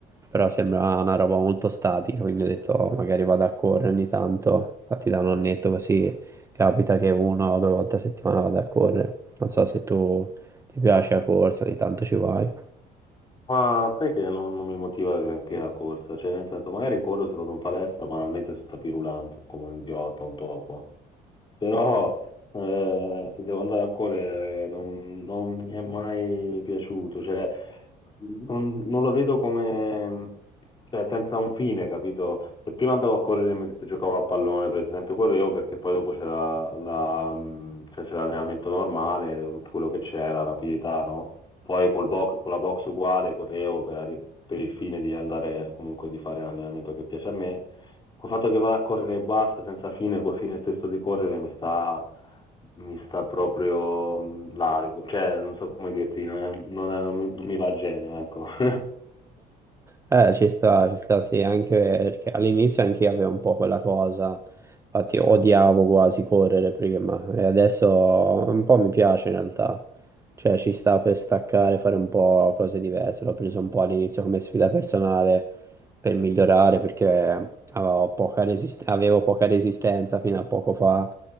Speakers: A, on the right; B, on the left.
A: però sembra una roba molto statica, quindi ho detto "Oh, magari vado a correre ogni tanto. Infatti da un annetto così capita che una o due volte a settimana vado a correre. Non so se tu... Ti piace la corsa, ogni tanto ci vai.
B: Ma sai che non, non mi motiva granché la corsa, cioè nel senso magari corro se vado in palestra banalmente sul tapis roulant, come un idiota, un topo. però eh, se devo andare a correre non, non mi è mai piaciuto, cioè non, non lo vedo come, cioè senza un fine, capito? Se prima andavo a correre mentre giocavo a pallone, per esempio, correvo perché poi dopo c'era la, mh, cioè, c'era l'allenamento normale, tutto quello che c'era, rapidità, no? Poi col box, con la box uguale correvo per, arri- per il fine di andare comunque di fare l'allenamento che piace a me Col fatto che vado a correre e basta, senza fine, col fine stesso di correre mi sta, mi sta proprio mh, largo. Cioè, non so come dirti, non, è- non è- non mi, non mi va a genio, ecco. <laughs>
A: Eh, ci sta, ci sta, sì, anche perché all'inizio anch'io avevo un po' quella cosa, infatti odiavo quasi correre prima e adesso un po' mi piace in realtà, cioè ci sta per staccare, fare un po' cose diverse, l'ho preso un po' all'inizio come sfida personale per migliorare perché avevo poca resist- avevo poca resistenza fino a poco fa,